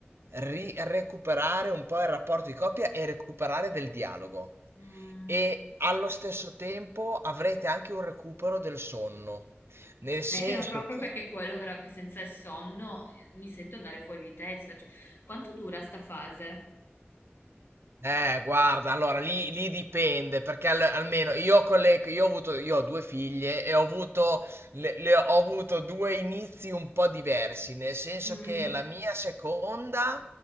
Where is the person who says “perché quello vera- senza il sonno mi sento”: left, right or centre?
Left